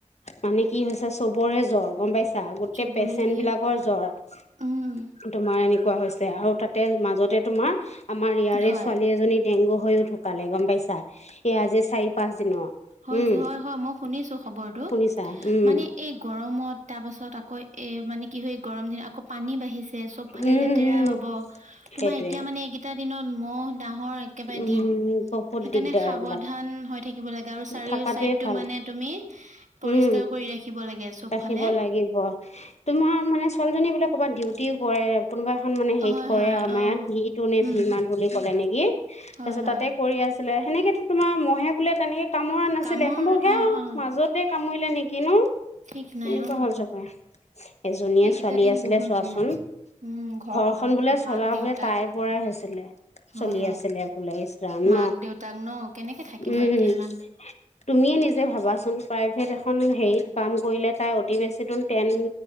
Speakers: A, on the left; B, on the right.
A: মানে কি হৈছে চবৰে জ্বৰ গম পাইছা, গোটেই
B: চবৰে
A: পেচেণ্ট
B: সেই
A: বিলাকৰ জ্বৰ।
B: উম
A: তোমাৰ এনেকুৱা হৈছে আৰু তাতে মাজতে তোমাৰ আমাৰ ইয়াৰে
B: হয়
A: ছোৱালী এজনী ডেংগু হৈয়ও ঢুকালে গম পাইছা, এই আজি চাৰি পাঁচ দিনৰ।
B: হয়
A: উম
B: হয় হয় মই শুনিছো খবৰটো,
A: শুনিছা উম
B: মানে এই গৰমত তাৰ পাছত আকৌ এ মানে কি হয় গৰম দিনত আকৌ পানী বাঢ়িছে ছে চব ফালে
A: উম
B: লেতেৰা
A: উম
B: হ'ব, তোমাৰ
A: সেইটোৱে
B: এতিয়া মানে এইকেইটা দিনত মহ <unintelligible> একেবাৰে
A: উম
B: দিন,
A: বহুত
B: সেইকাৰণে
A: দিগদাৰ
B: সাৱধান
A: এইবিলাক
B: হৈ থাকিব লগা চাৰিও
A: থকাটোৱে
B: চাইডটো
A: ভাল
B: মানে তুমি পৰিষ্কাৰ
A: উম
B: কৰি ৰাখিব লাগে চবফালে।
A: ৰাখিব লাগিব। তোমাৰ মানে ছোৱালীজনী বোলে ক'বাত ডিউটি কৰে কোনোবা খন মানে হেৰিত
B: হয়
A: কৰে
B: হয়
A: আৰু আমাৰ
B: অ
A: ইয়াত ভি টু নে
B: উম
A: ভী মাত বুলি ক'লে নেকি,
B: হয়
A: তাৰপিছত
B: হয়
A: তাতে কৰি আছিলে, সেনেকেতো তোমাৰ মহে বোলে তেনেকে কামোৰা নাছিলে
B: কামৰ
A: সম্ভৱ হে
B: অ অ
A: মাজতে কামুৰিলে নেকি ন?
B: ঠিক নাই
A: এনেকুৱা
B: অ
A: হ'ল চাগে, এজনীয়ে
B: এইকেইটা
A: ছোৱালী
B: দিন
A: আছিলে
B: বহুত
A: চোৱাচোন।
B: বেয়া উম
A: ঘৰখন
B: এতিয়া
A: বোলে চলা
B: মাক দেউতাক
A: বোলে তাই পৰাই হৈছিলে।
B: হয়
A: চলি
B: হয়
A: আছিলে বোলে ইচ ৰাম
B: মাক
A: ন,
B: দেউতাক ন কেনেকে থাকিব
A: উম।
B: এতিয়া ইমান
A: তুমিয়ে নিজে ভাবাচোন প্ৰাইভেট এখন হেৰিত কাম কৰিলে তাই অতি বেচিনো টেন